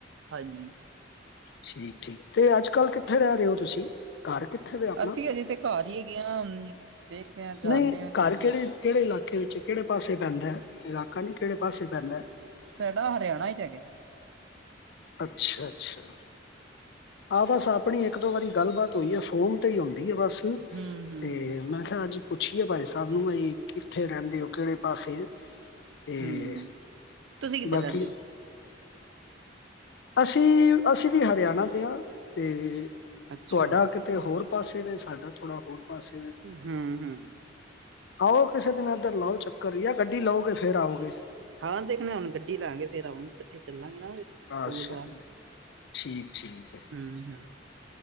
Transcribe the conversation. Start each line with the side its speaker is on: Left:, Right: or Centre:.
Right: ਹਾਂਜੀ
Left: ਠੀਕ ਠੀਕ, ਤੇ ਅੱਜ ਕੱਲ ਕਿੱਥੇ ਰਹਿ ਰੇ ਓ ਤੁਸੀਂ? ਘਰ ਕਿੱਥੇ ਵੇ? ਆਪਣਾ
Right: ਅਸੀਂ ਹਜੇ ਤੇ ਘਰ ਈ ਹੈਗੇ ਆ, ਦੇਖਦੇ ਆ ਜਾਣੇ
Left: ਨਹੀਂ
Right: ਆ ਕਿੱਥੇ।
Left: ਘਰ ਕਿਹੜੇ ਕਿਹੜੇ ਇਲਾਕੇ ਵਿੱਚ, ਕਿਹੜੇ ਪਾਸੇ ਪੈਂਦਾ ਇਲਾਕਾ ਨੀ ਕਿਹੜੇ ਪਾਸੇ ਪੈਂਦਾ?
Right: ਸਾਡਾ ਹਰਿਆਣਾ ਵਿੱਚ ਹੈਗਾ ਜੀ।
Left: ਅੱਛਾ-ਅੱਛਾ। ਹਾਂ, ਬਸ ਆਪਣੀ ਇੱਕ ਦੋ ਵਾਰੀ ਗੱਲਬਾਤ ਹੋਈ ਐ, ਫੋਨ ਤੇ ਈ ਹੁੰਦੀ ਐ ਬਸ।
Right: ਹੂੰ ਹੂੰ
Left: ਤੇ ਮੈਂ ਖਿਆ ਅੱਜ ਪੁੱਛੀਏ ਭਾਈ ਸਾਬ ਨੂੰ ਬਈ ਕਿੱਥੇ ਰਹਿੰਦੇ ਓ ਕਿਹੜੇ ਪਾਸੇ? ਤੇ
Right: ਹੂੰ ਤੁਸੀਂ ਕਿੱਧਰ
Left: ਬਾਕੀ
Right: ਰਹਿੰਦੇ ਹੋ?
Left: ਅਸੀਂ ਅਸੀਂ ਵੀ ਹਰਿਆਣਾ ਦੇ ਆ ਤੇ
Right: ਅੱਛਾ
Left: ਤੁਹਾਡਾ ਕਿਤੇ ਹੋਰ ਪਾਸੇ ਵੈ ਸਾਡਾ ਥੋੜਾ ਹੋਰ ਪਾਸੇ ਵੈ।
Right: ਹੂੰ ਹੂੰ,
Left: ਆਓ ਕਿਸੇ ਦਿਨ ਇੱਧਰ ਲਾਓ ਚੱਕਰ ਜਾਂ ਗੱਡੀ ਲਓਗੇ ਫੇਰ ਆਓਗੇ।
Right: ਹਾਂ, ਦੇਖਣਾ ਹੁਣ ਗੱਡੀ ਲਾਂਗੇ ਫੇਰ ਆਵਾਂ ਇਕੱਠੇ ਚੱਲਾਂਗੇ ਨਾ ਫਿਰ। ਟੂਰ
Left: ਅੱਛਾ
Right: ਲਾਣ
Left: ਠੀਕ ਠੀਕ।
Right: ਹੂੰ ਹੂੰ,